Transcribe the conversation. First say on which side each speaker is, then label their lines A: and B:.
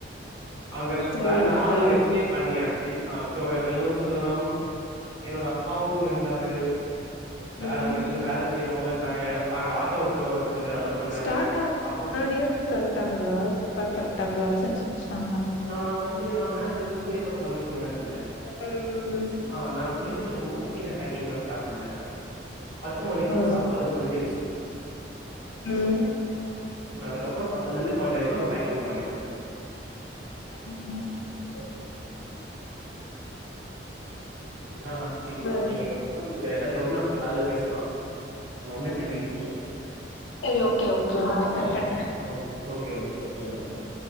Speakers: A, on the right; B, on the left.
A: அங்க
B: தோழல்
A: ப நா
B: இதெல்லா
A: ஆள் வச்சி பண்ணியாச்சி ஆ தோழர்களும் சொல்லலாம் என்னோட அப்பாவும் இருந்தாரு வேற
B: ம்
A: அங்க இருந்து வேல செய்யறவுங்களு இருந்தாங்க அங்க ஆட்டோ ஓட்டுற ஒருத்தர் இருந்தாரு
B: ப்ரே
A: அவரு பண்ணாரு
B: ஸ்டார்ட் ஆகுறதுக்கு
A: அப்புறோ
B: முன்னாடியே பண்ட்டாங்களா ஸ்டார்ட் பண்ட்டாங்ளா செஞ்சு முடிச்சிட்டாங்களா
A: நா வந்து நா மேல இருந்து குளிக்க போறன் சொன்னாங்கல்ல
B: ம் ம் ம்
A: ஆ நா குளிச்சிட்டு இருக்கும் போது கீழ பேக்கிங் பண்ண ஸ்டார்ட் பண்ணிட்டாங்க பத்து மணிக்குல்லா
B: ஓ
A: சாப்பாடு முடிஞ்சிருச்சி
B: உம்
A: அதுக்கப்புறோ பத்துல இருந்து பணென்ட்டு வரைக்கு அங்க பேக்கிங் பண்ணல
B: ம் ம் சரி
A: ம் இதா ஆச்சி
B: சரி
A: நீங்க வேணுனா நீங்க எதாது டவுட்ணா அடுத்த கால்ல பேசலா நா வந்துட்ட வீட்டுக்கு
B: சரி ஓகே ஓகே பாய் கட் பண்ற
A: ஓ okay okay okay bye bye